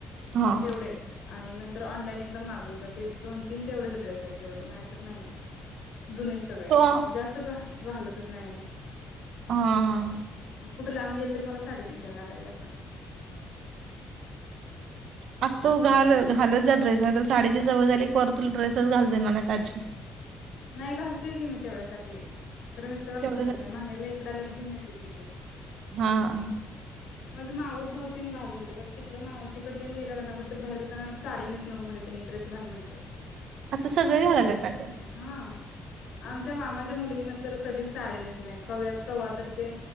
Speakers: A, on the right; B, on the left.
A: हा
B: तेवढेच. आणि नंतर ऑनलाईन एकदम मागवले होते, ते दोन-तीन तेवढेच ड्रेस आहेत, तेवढे नाहीतर नाही मग. जुनेच सगळे आहेत,
A: तो
B: जास्त घाल घालतच नाही आणि.
A: हा
B: कुठे लांब गेल तरी मला साडी नेसायला लागायल्या आता.
A: मग तू
B: तसं
A: घाल
B: करते
A: घालत जा ड्रेस, नाही तर साडीची सवय झाली परत तुला ड्रेसेच घालू देणार नाही आजी
B: नाही घालतोय की मी तेवढ्यासाठी. तर मिस्टरांना
A: तेवढ्यासाठी
B: पटत नाही, माहेरला इकड आल्यावर घेऊन येते की. <unintelligible>
A: हां.
B: माझं मावस भाऊ तेन घाल म्हणतात तिकडं मावशीकडं तेन गेल्यावरना कुठं तरी बाहेर जाताना साडी नेसू नको म्हणत्यात तेनी ड्रेस घाल म्हणत्यात.
A: आता सगळे घालाल्यात अगं.
B: हां आमच्या मामाच्या मुलगीनं तर कधीच साडी नेसली नाही कव्या कवा तर ते